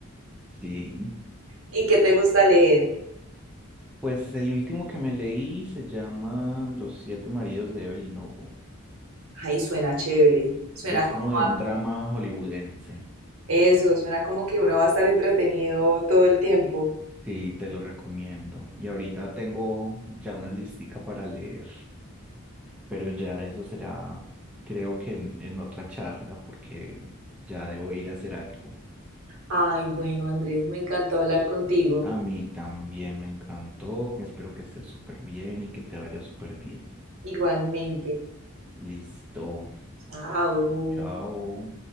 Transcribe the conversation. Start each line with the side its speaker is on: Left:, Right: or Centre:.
Centre: Sí.
Right: ¿Y qué te gusta leer?
Centre: Pues el último que me leí se llama Los siete maridos de Evelyn Hugo.
Right: Ay, suena chévere. Suena
Centre: Es
Right: como
Centre: como de un drama hollywoodense.
Right: eso, suena como que uno va a estar entretenido todo el tiempo.
Centre: Sí, te lo recomiendo. Y ahorita tengo ya una listica para leer, pero ya eso será, creo que en, en otra charla, porque ya debo ir a hacer algo.
Right: Ay, bueno, Andrés, me encantó hablar contigo.
Centre: A mí también me encantó, que espero que estés súper bien y que te vaya súper bien.
Right: Igualmente.
Centre: Listo.
Right: Chao.
Centre: Chao.